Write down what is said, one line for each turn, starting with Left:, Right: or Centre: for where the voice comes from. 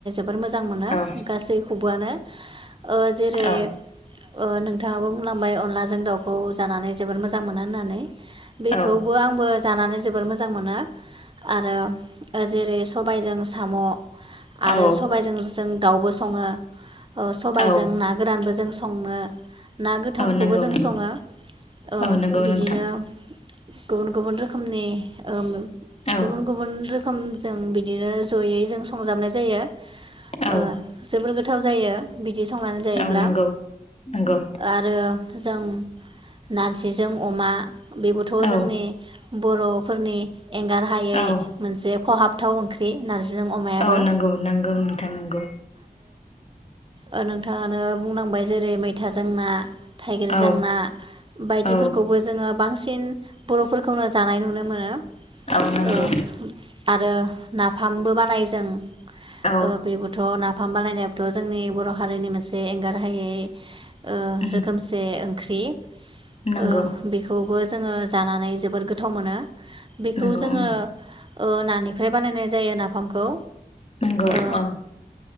Right: जोबोर मोजां मोनो
Left: औ
Right: गासैखौबोआनो ओ जेरै
Left: औ
Right: ओ नोंथाङाबो बुंलांबाय अनलाजों दाउखौ जानानै जोबोर मोजां मोनो होननानै। बेखौबो
Left: औ
Right: आंबो बो जानानै जोबोर मोजां मोनो। आरो ओ जेरै सबायजों साम' आरो
Left: औ
Right: सबायजों जों दाउबो सङो ओ सबायजों
Left: औ
Right: ना गोरानबो जों संनो। ना गोथांखौबो
Left: औ नंगौ
Right: जों
Left: नंगौ
Right: सङो ओ
Left: औ नंगौ
Right: बिदिनो
Left: नोंथां
Right: गुबुन गुबुन रोखोमनि ओ
Left: औ
Right: गुबुन गुबुन रो सम जों बिदिनो जयै जों संजाबनाय जायो।
Left: औ
Right: ओ जोबोर गोथाव जायो बिदि संनानै जायोब्ला।
Left: औ नंगौ नंगौ
Right: आरो जों नारजिजों अमा। थ'
Left: औ
Right: जोंनि बर'फोरनि एंगार हायै
Left: औ
Right: मोनसे खहाबथाव ओंख्रि नारजिजों अमायाबो
Left: औ नंगौ नंगौ नोंथां नंगौ।
Right: ओ नोंथाङानो बुंनांबाय जेरै मैथाजों ना। थाइगिरजों
Left: औ
Right: ना बायदिफोरखौबो
Left: औ
Right: जोङो बांसिन बर'फोरखौनो जानाय नुनो मोनो। आरो
Left: औ नंगौ
Right: ओ आरो नाफामबो बानायो जों
Left: औ
Right: ओ बेबोथ' नाफाम बानायनाय थ' जोंनि बर' हारिनि मोनसे एंगारहायै ओ
Left: उम
Right: रोखोमसे ओं ख्रि।
Left: नंगौ
Right: ओ बेखौ। बो जोङो। जानानै जोबोर गोथाव मोनो। बेखौ
Left: नंगौ
Right: जोङो
Left: उम
Right: ओ नानिफ्राय बानायनाय जायो नाफामखौ।
Left: नंगौ
Right: ओ
Left: औ।